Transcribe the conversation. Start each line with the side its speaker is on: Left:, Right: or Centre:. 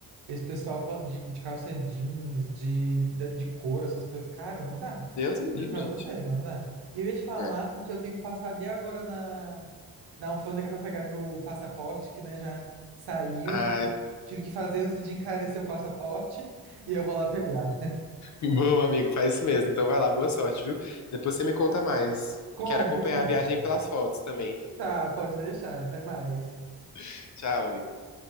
Right: Esse pessoal fa- de, de calça jeans, de, da- de couro, essas coisas, cara, não dá.
Left: Deus me livre,
Right: Juro pra você,
Left: gente.
Right: não dá. E eu ia te falar
Left: É.
Right: que eu tenho que passar ali agora na, na alfândega pra pegar meu passaporte, que, né, já saiu.
Left: Ah,
Right: Tive que fazer antes de encarecer o passaporte <laughs> e eu vou lá pegar.
Left: Bom, amigo, faz isso mesmo. Então vai lá, boa sorte, viu? Depois você me conta mais.
Right: Conto,
Left: Quero acompanhar
Right: conto.
Left: a viagem pelas fotos também.
Right: Tá, pode deixar. Até mais.
Left: <laughs> Tchau, amigo.